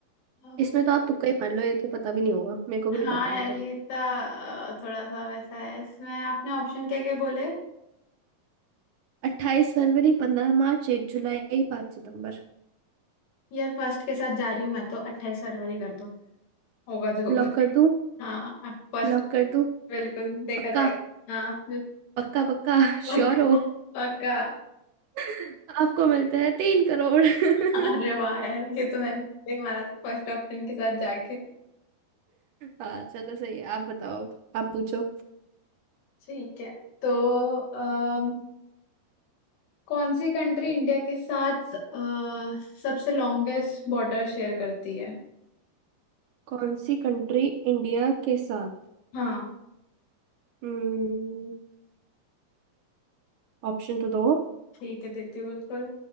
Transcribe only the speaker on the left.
अ,
हाँ
यार ये तो अ, थोड़ा सा वैसा है इसमें आपने ऑप्शन क्या क्या बोले
यार फर्स्ट के साथ जा रही हूँ मैं तो अट्ठाईस फरवरी कर दो होगा जो होगा
हाँ फर्स्ट
बिल्कुल देखा
जाएगा हाँ
पक्का
पक्का
अरे वाह यार ये तो मैंने नहीं मारा था फर्स्ट ऑप्शन के साथ जाके
ठीक है तो अम, कौन सी कंट्री इंडिया के साथ अ, सबसे लॉन्गेस्ट बॉर्डर शेयर करती है
हाँ
ठीक है देती हूँ बिल्कुल